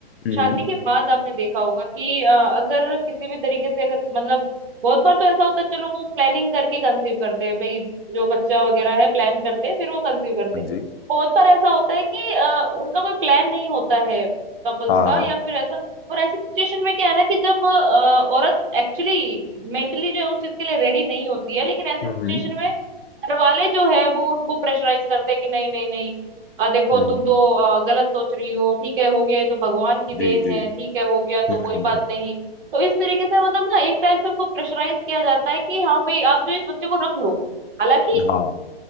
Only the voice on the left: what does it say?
हम्म
हाँ
जी
हाँ
हाँ
हम्म
हम्म
हम्म,
जी जी
हम्म
हम्म,
हम्म, हाँ